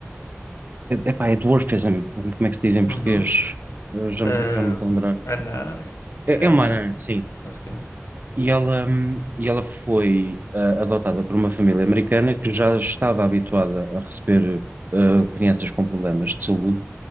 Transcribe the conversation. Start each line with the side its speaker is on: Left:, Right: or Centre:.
Right: epá, é dwarfism, como é que se diz em português?
Left: Uhum.
Right: Eu Já,
Left: Uh,
Right: já não me estou a lembrar.
Left: Ana,
Right: É,
Left: é
Right: é uma
Left: Ana,
Right: anã, sim.
Left: basicamente.
Right: E ela, hum, e ela foi ah, adotada por uma família americana que já estava habituada a receber ah, crianças com problemas de saúde